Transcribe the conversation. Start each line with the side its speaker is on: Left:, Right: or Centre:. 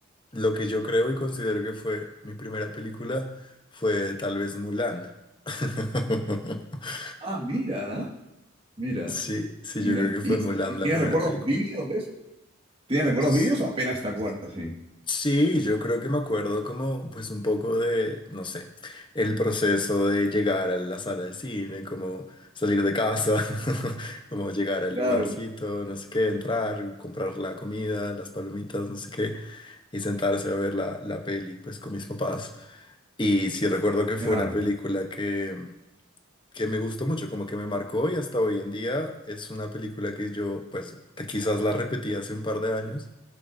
Left: Lo que yo creo y considero que fue mi primera película fue tal vez Mulan. <laughs>
Right: Ah, mira, mira,
Left: Sí, sí,
Right: mira.
Left: yo creo que fue
Right: ¿Y,
Left: Mulan
Right: y-
Left: la
Right: tienes
Left: primera
Right: recuerdos
Left: película.
Right: vívidos de eso? ¿Tienes recuerdos
Left: S-
Right: vívidos o apenas te acuerdas? Sí.
Left: Sí, yo creo que me acuerdo como pues un poco de, no sé, el proceso de llegar a la sala del cine, como salir de casa, <laughs> como llegar al
Right: Claro.
Left: lugarcito, no sé qué, entrar, comprar la comida, las palomitas, no sé qué, y sentarse a ver la, la peli pues con mis papás. Y sí recuerdo que fue
Right: Claro,
Left: una película que, que me gustó mucho, como que me marcó y hasta hoy en día es una película que yo, pues quizás la repetí hace un par de años,